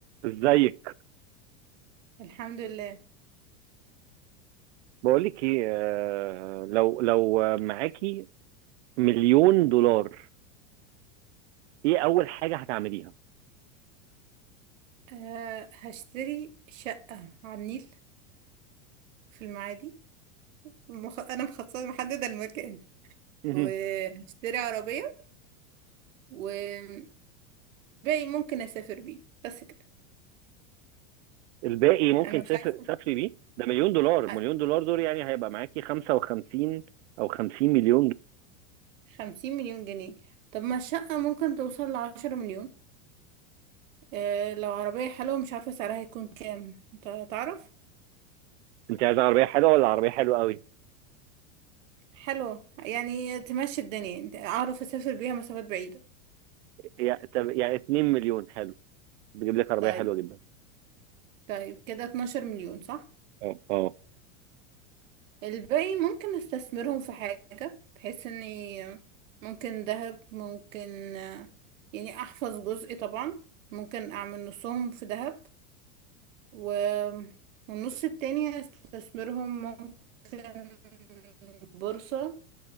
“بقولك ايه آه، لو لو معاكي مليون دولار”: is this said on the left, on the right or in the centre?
Right